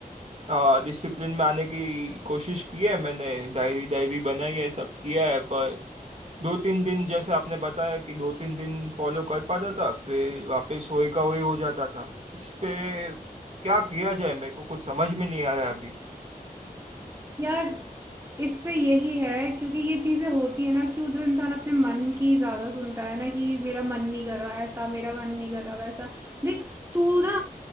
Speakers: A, on the right; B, on the right.
A: आ, डिसिप्लिन में आने की कोशिश की है मैंने डायरी डायरी बनाई है सब किया है पर दो तीन दिन जैसे आपने बताया कि दो तीन दिन फॉलो कर पाता था फिर वापस वही का वही हो जाता था इस पे क्या किया जाए मेरे को कुछ समझ में नहीं आ रहा है अभी
B: यार इस पे यही है क्योंकि ये चीजें होती है ना कि जो इंसान अपने मन की ज्यादा सुनता है ना कि मेरा मन नहीं कर रहा ऐसा मेरा मन नहीं कर रहा वैसा देख तू ना